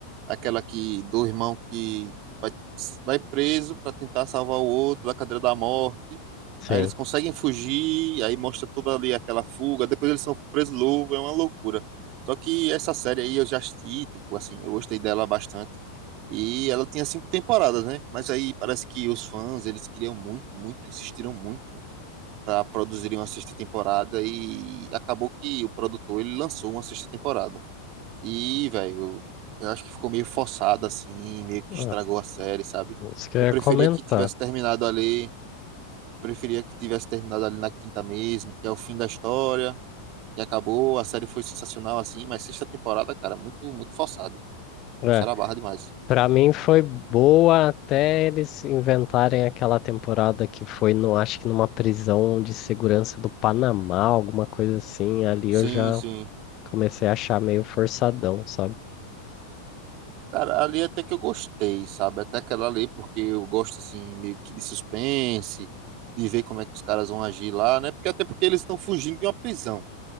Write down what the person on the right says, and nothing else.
aquela que do irmão que vai, vai preso para tentar salvar o outro da cadeira da morte.
Aí eles conseguem fugir, aí mostra toda ali aquela fuga, depois eles são presos louvo, é uma loucura. Só que essa série aí eu já assisti, tipo assim, eu gostei dela bastante. E ela tinha cinco temporadas, né? Mas aí parece que os fãs, eles queriam muito, muito, insistiram muito para produzirem uma sexta temporada e acabou que o produtor ele lançou uma sexta temporada. E, velho, eu eu acho que ficou meio forçado, assim, meio que estragou
a série, sabe?
Eu
preferia
que tivesse terminado ali, preferia que tivesse terminado ali na quinta mesmo, que é o fim da história, e acabou, a série foi sensacional, assim, mas sexta temporada, cara, muito, muito forçado.
Forçaram a barra demais.
Sim,
sim.
Cara, ali até que eu gostei, sabe? Até aquela ali, porque eu gosto, assim, meio que de suspense, de ver como é que os caras vão agir lá, né? Porque até porque eles estão fugindo de uma prisão.